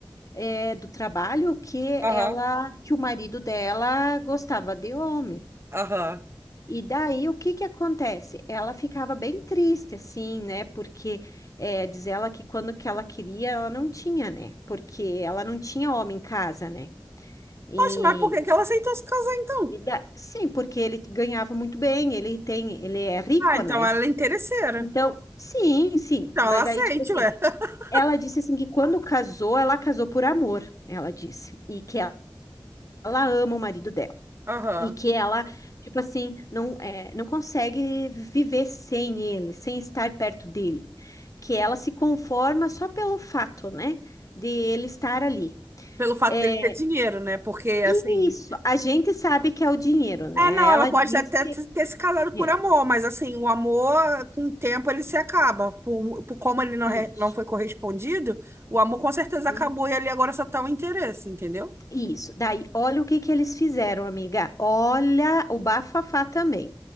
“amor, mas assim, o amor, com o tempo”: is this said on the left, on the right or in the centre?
Right